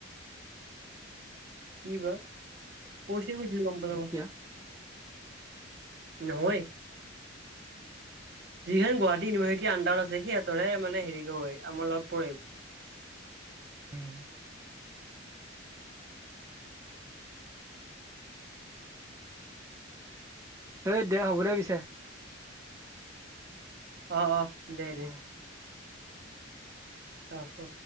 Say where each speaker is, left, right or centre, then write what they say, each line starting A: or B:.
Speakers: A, on the right; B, on the right.
A: কি বা কৈছে কৈছিলি গম পালো
B: তিয়া
A: নহয় যিখখন গুৱাহাটী ইউনিভাৰ্চিটি আণ্ডাৰ আছে সিহঁতে মানেৰি হয় আমাৰ লগ পম
B: উওম এই দে হ'ব দে পিছে
A: অঁ অঁ দে দে
B: অ
A: আহ